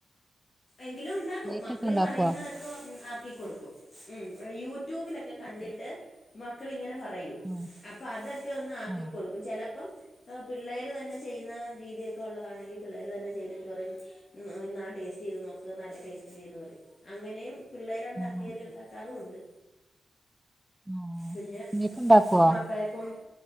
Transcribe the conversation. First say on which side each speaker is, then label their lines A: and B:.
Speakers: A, on the left (about 40°); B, in the centre.
A: എങ്കിലും ഉണ്ടാക്കും
B: കേക്കൊക്കെ
A: മക്കള്
B: ഉണ്ടാക്കുവോ
A: പറയുന്നതൊക്കെ ആക്കി കൊടുക്കും ഉം യൂട്യൂബിലൊക്കെ കണ്ടിട്ട്
B: കേ
A: മക്കളിങ്ങനെ പറയും
B: ഉം
A: അപ്പൊ അതൊക്കെ ഒന്ന് ആക്കിക്കൊടുക്കും
B: ഉം
A: ചിലപ്പോം പിള്ളേർ തന്നെ ചെയ്യുന്ന രീതിയൊക്കെ ഒള്ളതാണെങ്കിൽ പിള്ളേർ തന്നെ ചെയ്തിട്ട് പറയും ഇന്നാ ടേസ്റ്റ് ചെയ്ത് നോക്ക്. നല്ല ടേസ്റ്റ്ന്ന് പറയും അങ്ങനെയും പിള്ളേര്
B: ഉം
A: കേറി ഒണ്ടാക്കാറും ഉണ്ട്
B: ആഹ്
A: പിന്നെ
B: കേക്ക് ഉണ്ടാക്കുവോ
A: മക്കളെ കൊണ്ട്